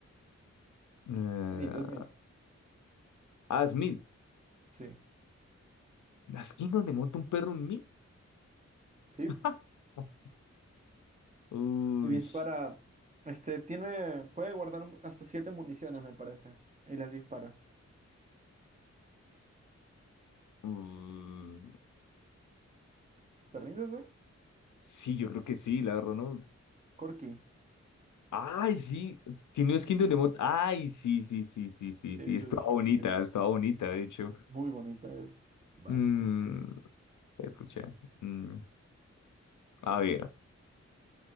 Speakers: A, on the left (about 85°); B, on the right (about 25°).
A: Eh,
B: Smith, Smith.
A: ah, Smith.
B: Sí.
A: La esquina donde monta un perro, un Meat.
B: Sí.
A: <laughs> Uy.
B: Y dispara. Este, tiene. Puede guardar mu- hasta siete municiones, me parece. Y las dispara.
A: uy.
B: ¿Te rindes, güey?
A: Sí, yo creo que sí, la verdad, ¿no?
B: Corky.
A: Ay, sí, tiene no es Kingdom Death, ay, sí, sí, sí, sí, sí, sí,
B: Sí,
A: estaba
B: sí, sí,
A: bonita,
B: sí.
A: estaba bonita, de hecho.
B: Muy bonita es. Va,
A: Mm,
B: te toca.
A: eh, pucha, mm, a ver,